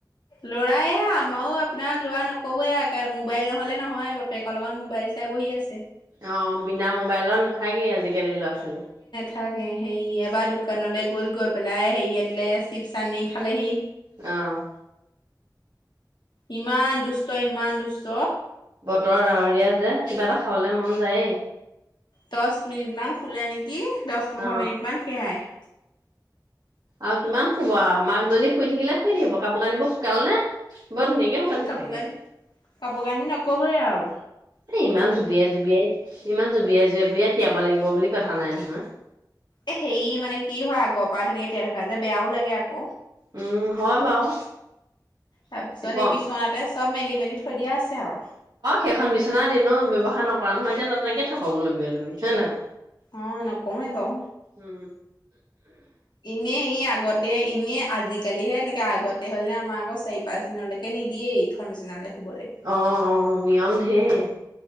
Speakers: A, on the left; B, on the right.
A: ল'ৰা এয়া আমাৰো আপোনাৰ ল'ৰা নকবই আ। মোবাইল নহ'লে নহয় বাপেকৰ লগত মোবাইল চা এতিয়া বহি আছে।
B: অ' বিনা মোবাইলত নাথাকেই আজিকালি ল'ৰা-ছোৱালী।
A: তাকে হেৰি এবাৰ দোকানলে গ'ল, গৈ পেলাই হেৰি আনিলে চিপছ আনি খালেহি।
B: অ'
A: ইমান দুষ্ট, ইমান দুষ্ট।
B: বতৰ ডাৱৰীয়া যে কিবা এটা খাবলে মন যায়ে।
A: দষ মিনিট মান শুলে নেকি? দশ, পোন্ধৰ
B: অ',
A: মিনিট মান সেয়াই।
B: আৰু কিমান শুব আ মাকজনী শুই থাকিলে শুই থাকিব। কাপোৰ কানিবোৰ শুকালে নে? বৰ ধুনীয়াকে শুকাইছে
A: উম কাপোৰ
B: চাগে
A: কানি, কাপোৰ কানি নকবই আউ।
B: এ ইমান জুবিয়াই জুবিয়াই, ইমান জুবিয়াই জুবিয়াই তিয়াব লাগিব বুলি কথা নাই নহয়।
A: এ হেৰি মানে কি হয় আগৰ পৰা তেনেকে তিয়াই থকা যে বেয়াও লাগে আক'।
B: উম, হয় বাৰু
A: তাৰপিছত
B: কম
A: এই বিছ বিছনাতে চব মেলি-মেলি থৈ দিয়া আছে আউ।
B: সেইখন বিছনা এনেও ব্যৱহাৰ নকৰা নহয়। এতিয়া তাতে তেনেকে থাকক ওলমি ওলমি হয় নহয়?
A: অ' নকও এ বাউ।
B: উম
A: এনেই ই আগতে এনেই আজিকালিহে এনেকে আগতে হ'লে, আমাৰ আকৌ চাৰি পাঁচ দিনলৈকে নিদিয়ে ইখন বিচনালে শুবলে।
B: অ' অ', নিয়ম ধেৰ।